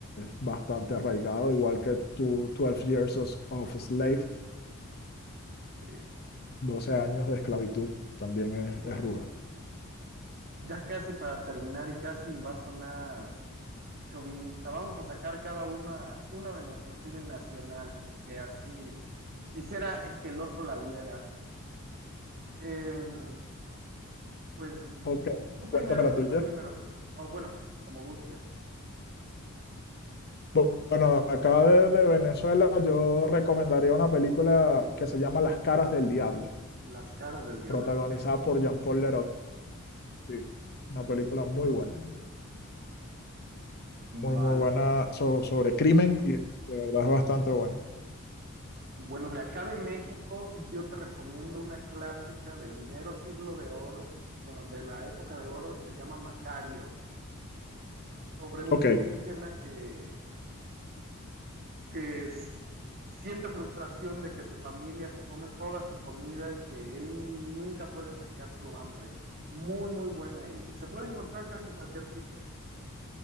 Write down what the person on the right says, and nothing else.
sí.
Bueno.
Ya casi para terminar y casi va a sonar eh, chauvinista. Vamos a sacar cada una, una de nuestro cine nacional, que así quisiera que el otro la viera. Eh, pues
tú primero,
tú primero. O bueno, como gustes.
Las caras del diablo,
ok.
Vale.
Bueno, de acá de México, yo te recomiendo una clásica del mero siglo de oro, bueno, de la época de oro, se llama Macario. es sobre un
indígena que, que es- siente frustración de que su familia se come toda su comida y que él nunca puede saciar su hambre. Muy, muy buena y se puede encontrar casi en cualquier sitio.